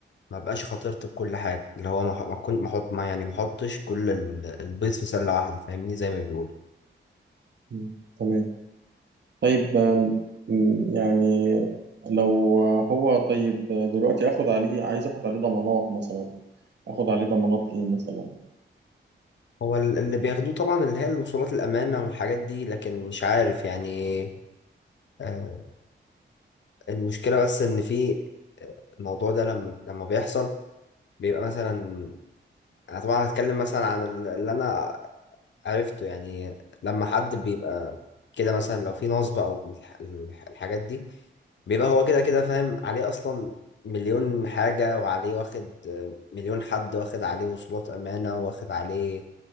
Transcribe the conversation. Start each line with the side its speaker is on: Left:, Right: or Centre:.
Left: ما بقاش خاطرت بكل حاجه اللي هو ما ح- ما كنت ما احط ما يعني ما احطش كل ال- البيض في سله واحده فاهمني زي ما بيقولوا
Right: مم. تمام طيب آم، مم، يعني لو هو طيب دلوقتي اخد عليه عايز اخد عليه ضمانات مثلا اخد عليه ضمانات ايه مثلا
Left: هو ال- اللي بياخدوه طبعا اللي هي الوصولات الامانه والحاجات دي لكن مش عارف يعني آه المشكله بس ان في الموضوع ده لما لما بيحصل بيبقى مثلا انا طبعا هتكلم مثلا عن ال- اللي انا عرفته يعني لما حد بيبقى كده مثلا لو في نصب او الح- الح- الحاجات دي بيبقى هو كده كده فاهم عليه اصلا مليون حاجة وعليه واخد آه، مليون حد واخد عليه وصولات امانة واخد عليه